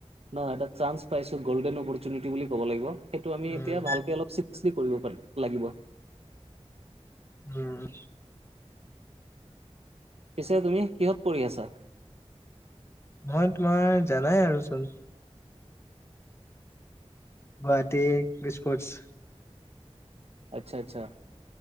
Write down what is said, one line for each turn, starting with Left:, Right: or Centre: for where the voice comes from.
Right: ন, এটা চাঞ্চ পাইছো, গল্ডেন অপৰচুনিটি বুলি ক'ব লাগিব, সেইটো আমি
Left: উম,
Right: এতিয়া ভালকে অলপ কৰিব পাৰি লাগিব।
Left: উম।
Right: পিছে তুমি, কিহত পঢ়ি আছা?
Left: মই তোমাৰ, জানাই আৰুচোন। Guwahati cruise ports.
Right: আচ্ছা আচ্ছা,